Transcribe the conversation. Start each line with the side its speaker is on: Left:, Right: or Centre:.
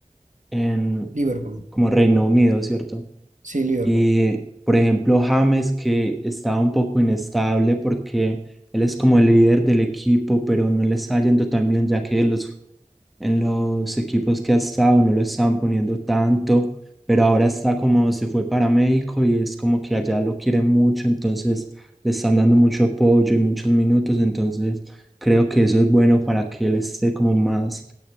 Centre: en
Right: Liverpool.
Centre: como Reino Unido, ¿cierto?
Right: Sí, Liverpool.
Centre: Y por ejemplo, James, que estaba un poco inestable porque él es como el líder del equipo, pero no le está yendo tan bien, ya que los en los equipos que ha estado, no lo estaban poniendo tanto, pero ahora está como se fue para México y es como que allá lo quieren mucho, entonces le están dando mucho apoyo y muchos minutos, entonces creo que eso es bueno para que él esté como más